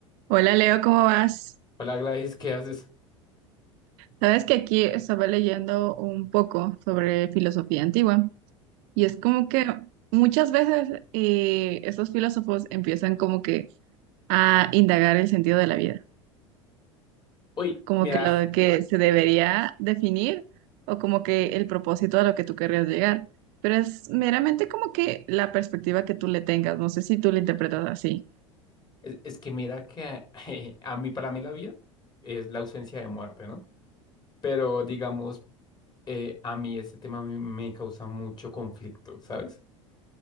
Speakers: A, on the right; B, on the left.
A: Hola Leo, ¿cómo vas?
B: Hola Gladys, ¿qué haces?
A: Sabes que aquí estaba leyendo un poco sobre filosofía antigua y es como que muchas veces eh, estos filósofos empiezan como que a indagar el sentido de la vida,
B: Uy,
A: como
B: mira,
A: que lo de que se debería definir o como que el propósito a lo que tú querrías llegar, pero es meramente como que la perspectiva que tú le tengas, no sé si tú lo interpretas así.
B: es, es que mira que <laughs> a mí, para mí la vida es la ausencia de muerte, ¿no? Pero digamos, eh, a mí este tema me, me causa mucho conflicto, ¿sabes?